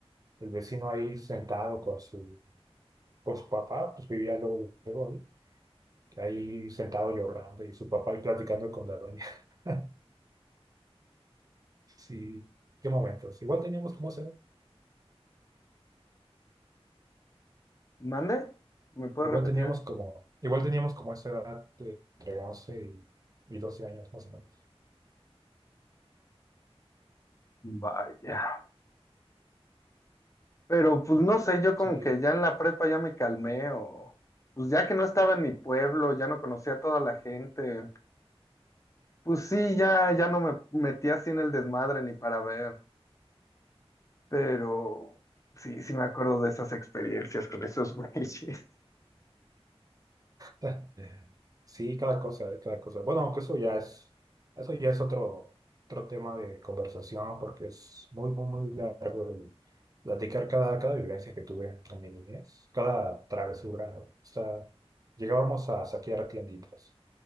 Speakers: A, on the right; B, on the left.
A: El vecino ahí sentado con su, con su papá, pues vivía luego, luego ahí, ahí sentado llorando y su papá ahí platicando con la doña. <laughs> Sí, qué momentos. Igual teníamos como esa edad,
B: ¿Mande? ¿Me puedes
A: igual
B: repetir?
A: teníamos como, igual teníamos como esa edad de entre 11 y, y 12 años más o menos.
B: Vaya. Pero pues no sé, yo como
A: Sí,
B: que ya en la prepa ya me calmé o pues ya que no estaba en mi pueblo, ya no conocía a toda la gente. Pues sí, ya, ya no me metí así en el desmadre ni para ver. Pero sí, sí me acuerdo de esas experiencias con esos <laughs> güeyes.
A: Eh, Sí, cada cosa, eh, cada cosa. Bueno, aunque eso ya es, eso ya es otro, otro tema de conversación porque es muy, muy, muy largo el platicar cada, cada vivencia que tuve en mi niñez, cada travesura. O sea, llegábamos a saquear tienditas.